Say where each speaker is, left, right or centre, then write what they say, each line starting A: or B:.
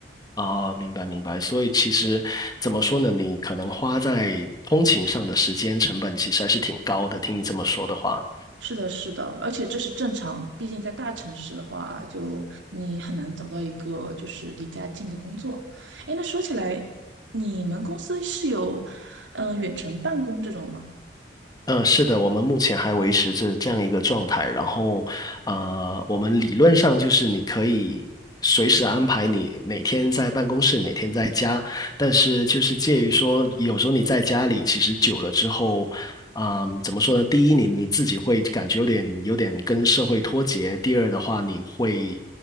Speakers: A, on the left (about 20°); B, on the right (about 85°).
A: 啊，明白明白。所以其实怎么说呢，你可能花在通勤上的时间成本其实还是挺高的。听你这么说的话。
B: 是的，是的，而且这是正常，毕竟在大城市的话，就你很难找到一个就是离家近的工作。哎，那说起来，你们公司是有嗯、呃远程办公这种吗？
A: 嗯，呃是的，我们目前还维持着这样一个状态。然后，呃，我们理论上就是你可以随时安排你哪天在办公室，哪天在家。但是就是介于说，有时候你在家里其实久了之后，嗯，怎么说呢？第一，你你自己会感觉有点有点跟社会脱节；第二的话，你会